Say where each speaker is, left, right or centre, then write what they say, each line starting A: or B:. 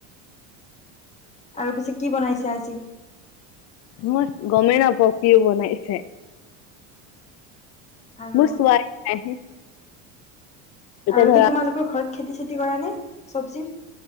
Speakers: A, on the left; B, on the left.
A: আৰু পিছে কি বনাইছে আজি?
B: মই গমেই নাপাওঁ কি বনাইছে।
A: আৰু
B: মই চোৱাই নাই। এতিয়া
A: আৰু
B: ধৰা
A: কি তোমালোকৰ ঘৰত খেতি চেতি কৰা নে চব্জিৰ?